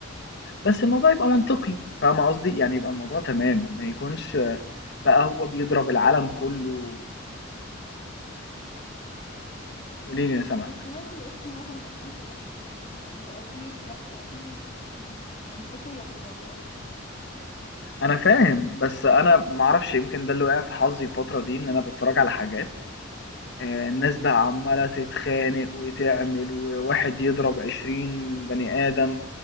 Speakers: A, on the left; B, on the left.
A: بس الموضوع يبقى منطقي فاهمه قصدي يعني يبقى الموضوع تمام ما يكونش آه، بقى هو بيضرب العالم
B: دلوقتي
A: كله قولي لي انا سامعك
B: بس دلوقتي بقتش معظم الافلام كلها كده يعني بقى في لا بقى في منط... منطقية في الموضوع
A: انا فاهم بس انا معرفش يمكن ده اللي وقع في حظي الفتره دي ان انا بتفرج على حاجات آه، الناس بقى عماله تتخانق وتعمل وواحد يضرب عشرين بني ادم